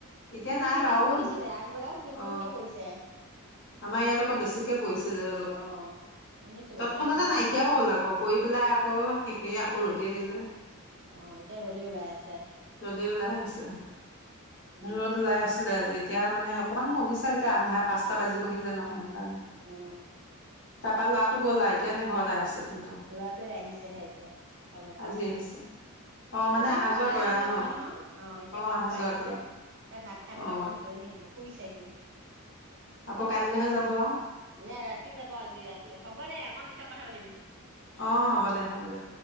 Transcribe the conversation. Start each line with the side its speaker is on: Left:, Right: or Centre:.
Left: এতিয়া
Right: কিন
Left: নাই
Right: কিনকে
Left: বাৰু
Right: পৰিছিলে আগবেলাও কিন
Left: অ
Right: কিনকে পৰিছে।
Left: আমাৰ ইয়াত আকৌ বেছিকে পৰিছিলে অলপ।
Right: অ শুনিছো
Left: তৎক্ষণাতে
Right: এফালে বৰষুণ
Left: নাইকিয়াও
Right: পৰিছে
Left: হ'ল আকৌ পৰি পেলাই আকৌ শেষেই আকৌ ৰ'দেই দিলে।
Right: অ, এতিয়া ৰ'দে ওলাই আছে
Left: ৰ'দেই ওলাই আছে,
Right: উম,
Left: ৰ'দ ওলাই আছ লে আজি এতিয়া মানে অকণমান কমিছে আও এতিয়া আন্ধাৰ পাঁচটা বাজিবহি যে ন সেইকাৰণে।
Right: অ।
Left: তাৰপা ল'ৰাটো গ'ল আও এতিয়া নে ঘৰতে আছে? তহঁতৰ
Right: ল'ৰাটো এইয়া আহিছেহে এতিয়া কামৰ
Left: আজি
Right: পা।
Left: আহিছে। অ মানে
Right: আজিকালি
Left: অহা যোৱা
Right: সদায় অহা-যোৱা
Left: আৰু ন
Right: কৰে নহয় অ, এতিয়া কামৰ
Left: অহা
Right: পৰা
Left: যোৱা
Right: আহিছে।
Left: কৰে
Right: এতিয়া ভাত খাই পেলাই
Left: অ
Right: অকণ জিৰণি শুইছে হি
Left: আকৌ কাইলৈহে যাব আৰু
Right: নাই ৰাতি যাব আজি ৰাতি হ'ব দে অকণ পিছত কথা পাতিম
Left: অ হ'ব দে হ'ব দে